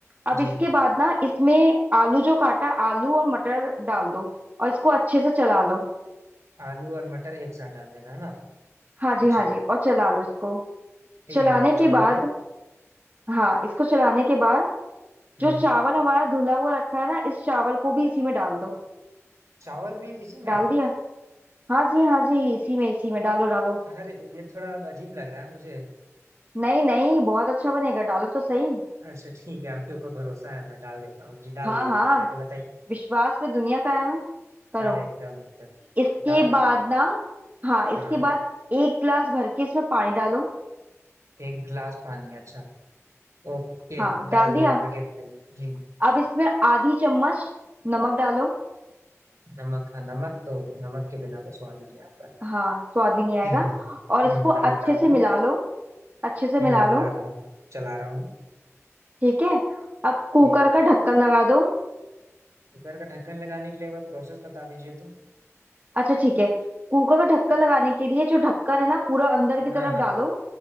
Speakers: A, on the right; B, on the right.
A: अब
B: जी
A: इसके बाद ना इसमें आलू जो काटा आलू और मटर डाल दो और इसको अच्छे से चला लो
B: आलू और मटर एक साथ डाल देना है ना
A: हाँ जी हाँ
B: जी
A: जी और चला लो इसको
B: ठीक
A: चलाने
B: है मैंने
A: के
B: चला
A: बाद
B: लिया
A: हाँ इसको चलाने के बाद
B: हम्म
A: जो चावल हमारा धुला हुआ रखा है ना इस चावल को भी इसी में डाल दो
B: चावल भी इसी में
A: डाल दिया हाँ जी हाँ जी इसी में इसी में डालो डालो
B: अरे ये थोड़ा अब अजीब लग रहा है मुझे
A: नहीं नहीं बहुत अच्छा बनेगा डालो तो सही
B: अच्छा ठीक है आपके ऊपर भरोसा है मैं डाल देता हूँ जी डाल
A: हाँ
B: दिया
A: हाँ
B: मैंने आगे बताइए
A: विश्वास पे दुनिया कायम है करो
B: अरे एकदम एकदम
A: इसके
B: डाल
A: बाद
B: दी डाल दी
A: ना हाँ इसके
B: हाँ
A: बाद एक गिलास भर के इसमें पानी डालो
B: एक गिलास पानी अच्छा ओके
A: हाँ डाल
B: डाल
A: दिया
B: दिया आगे बताइए जी
A: अब इसमें आधी चम्मच नमक डालो
B: नमक हाँ नमक तो नमक के बिना तो स्वाद ही नहीं आता
A: हाँ स्वाद ही नहीं आएगा
B: ठीक है हम्म
A: और इसको अच्छे
B: नमक डाल
A: से
B: दी
A: मिला लो अच्छे से मिला
B: हम्म मिला
A: लो
B: रहा हूँ चला रहा हूँ
A: ठीक है अब कुकर
B: जी
A: का ढक्कन लगा दो
B: कुकर का ढक्कन लगाने के लिए एक बार प्रोसेस बता दीजिए तो
A: अच्छा ठीक है कुकर का ढक्कन लगाने के लिए जो ढक्कन है ना पूरा अंदर की
B: हाँ
A: तरफ
B: हाँ
A: डालो